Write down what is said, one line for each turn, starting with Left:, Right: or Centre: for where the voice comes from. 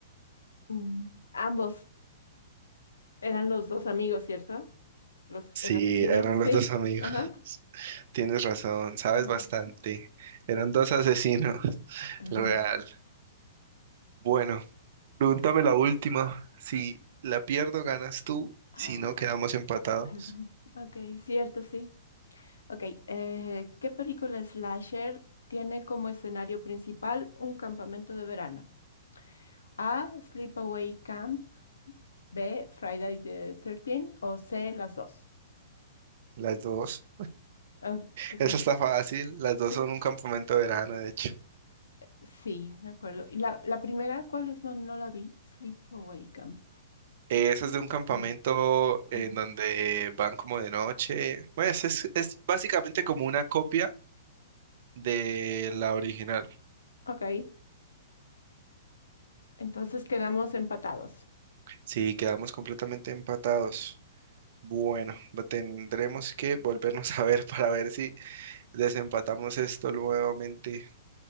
Left: mm. Ambos eran los dos amigos, ¿cierto? Los,
Right: Sí,
Left: el asesino,
Right: eran
Left: sí.
Right: los dos amigos.
Left: Ajá.
Right: Tienes razón, sabes
Left: Mm.
Right: bastante. Eran dos asesinos,
Left: <laughs>
Right: real. Bueno, pregúntame la última. Si la pierdo, ganas tú.
Left: Ah,
Right: Si no, quedamos
Left: <gasps>
Right: empatados.
Left: <clears throat> Ok, cierto, sí. Ok, eh, ¿qué película slasher tiene como escenario principal un campamento de verano? A. Sleepaway Camp. B. Friday the Thirteenth o C. Las dos.
Right: Las dos.
Left: Ah, ok,
Right: Esa
Left: <laughs>
Right: está fácil. Las dos
Left: sí,
Right: son un campamento de verano, de hecho.
Left: sí, me acuerdo. ¿Y la, la primera cuál es? No, no la vi. Sleepaway Camp.
Right: Eh, Esa es de un campamento
Left: No,
Right: en
Left: ah,
Right: donde van como de noche. Pues es, es básicamente como una copia de la original.
Left: Ok, entonces quedamos empatados.
Right: Sí, quedamos completamente empatados. Bueno, va- tendremos que volvernos a ver para ver si desempatamos esto nuevamente.